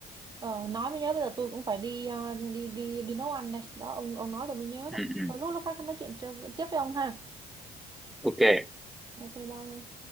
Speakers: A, on the right (about 25°); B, in the centre.
A: Ờ, nói mới nhớ bây giờ tôi cũng phải đi ờ, đi đi đi nấu ăn đây. Đó ông ông nói tôi mới nhớ đấy.
B: ừ, ừ.
A: Thôi lúc lúc khác nói chuyện cho- tiếp với ông ha.
B: ok
A: Ok bye.